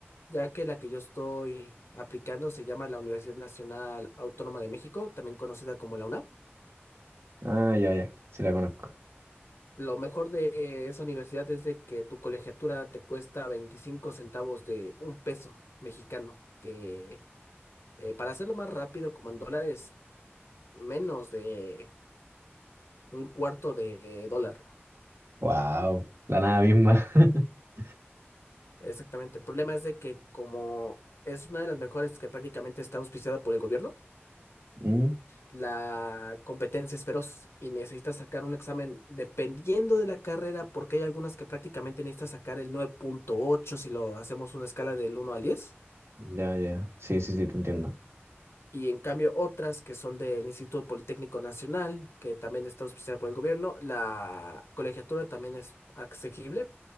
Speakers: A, on the left; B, on the right.
A: ya que la que yo estoy aplicando se llama la Universidad Nacional Autónoma de México, también conocida como la UNAM.
B: Ah, ya, ya, sí la conozco.
A: Lo mejor de esa universidad es de que tu colegiatura te cuesta 25 centavos de un peso mexicano, que eh, para hacerlo más rápido, como en dólares, menos de un cuarto de dólar.
B: Wow, la nada misma. <laughs>
A: Exactamente. El problema es de que como es una de las mejores que prácticamente está auspiciada por el gobierno,
B: Mm,
A: la competencia es feroz y necesitas sacar un examen dependiendo de la carrera, porque hay algunas que prácticamente necesitas sacar el nueve punto ocho si lo hacemos una escala del uno al diez
B: Ya, ya, sí, sí, sí, te entiendo.
A: Y en cambio otras que son del Instituto Politécnico Nacional, que también está auspiciada por el gobierno, la colegiatura también es asequible,